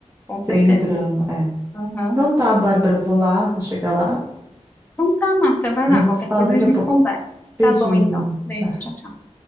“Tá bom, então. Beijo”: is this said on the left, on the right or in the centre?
Left